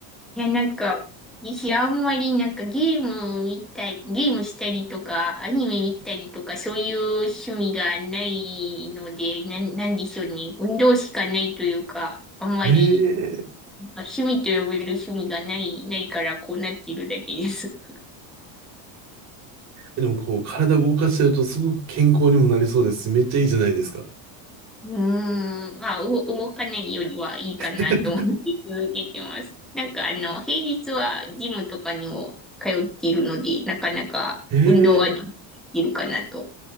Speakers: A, in the centre; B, on the right (about 30°).
A: いや、なんか、私あんまりなんかゲーム見たり、ゲームしたりとか、アニメ見たりとか、そういう趣味がないので、なん、なんでしょうね。運動しかないというか、あんまり、
B: ええ
A: まあ、趣味と呼べる趣味がない、ないからこうなっているだけです。
B: でもこう、体動かしてるとすごく健康にもなりそうですし。めっちゃいいじゃないですか。
A: <laughs> うーん、まあ、う動かないよりはいいかなと思って続けてます。
B: <laughs>
A: なんかあの、平日はジムとかにも通っているので、なかなか運動はで
B: ええ
A: きるかなと。